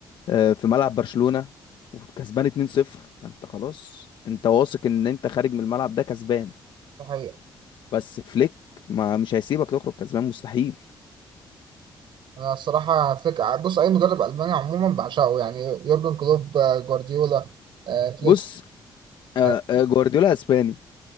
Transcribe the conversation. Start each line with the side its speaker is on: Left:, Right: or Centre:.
Left: آه، في ملعب برشلونة وكسبان 2-0 فانت خلاص انت واثق ان انت خارج من الملعب ده كسبان
Right: ده حقيقة
Left: بس فليك ما مش هيسيبك تخرج كسبان مستحيل
Right: انا الصراحة فكرة بص اي مدرب الماني عموما بعشقه يعني يورجن كلوب آه، جوارديولا آه، فليك
Left: بص آه،
Right: يعني
Left: آه، جوارديولا اسباني